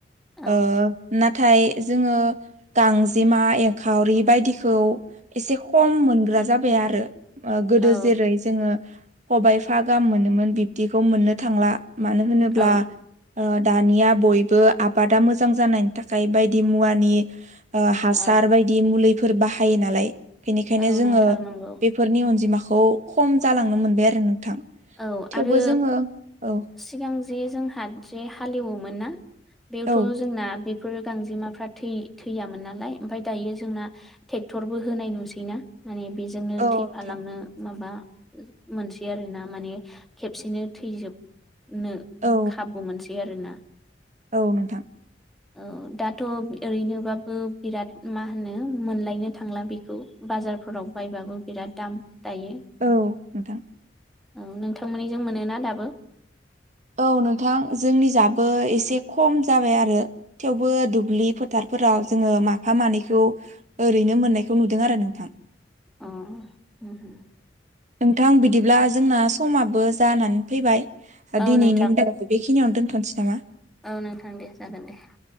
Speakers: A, in the centre; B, on the right.
A: औ
B: ओ नाथाय जोङो गांजेमा एंखावरि बायदिखौ एसे खम मोनग्रा जाबाय आरो ओ गोदो
A: औ
B: जेरै- जोङो खबायाइफा गाहाम मोनोमोन बिब्दिखौ मोननो थांला मानो होनोब्ला
A: औ
B: ओ दानिया बय बो आबादा मोजां जानायनि थाखाय बायदि मुवानि ओ हासार
A: औ
B: बायदि मुलिफोर बा हायो नालाय बेनिखायनो
A: औ
B: जोङो
A: नोंथां नंगौ
B: बेफोरनि अनजिमाखौ खम जालांनो मोनबाय आरो नोंथां
A: औ
B: थेवबो
A: आरो
B: जोङो औ
A: सिगां दि जोंहा जे हालेवोमोन ना बेयावथ'
B: औ
A: जोंना बे फोर गांजेमाफ्रा थै-थैयामोन नालाय ओमफाय दायो जोंना टेक्टरबो होनाय नुसैना माने बेजोंनो
B: औ
A: थैफालांनो
B: नोंथां
A: माबा मोनसै आरो ना माने खेबसेनो थैजोबनो
B: औ
A: खाबु मोनसै आरोना
B: औ नोंथ
A: औ दाथ' ओरैनोबा बो बिराद मा होनो मोनलायनो थांला बेखौ बाजारफोराव बायबाबो बिराद दाम दायो
B: औ नोंथां
A: ओं नोंथांमोननिजों मोनोना दाबो
B: औ नोंथां जोंनि जाबो एसे खम जाबाय आरो थेवबो दुब्लि फोथार फोराव जोङो माफा मानैखौ ओरैनो मोननायखौ नुदों आरो नोंथां।
A: अ ओम ओम
B: नोंथां बिदिब्ला जोंना समाबो जानानै फैबाय
A: औ
B: दिनैनि
A: नोंथां
B: <inaudible> बे खिनियावनो दोनथ'नसै नामा?
A: औ नोंथां दे जागोन दे।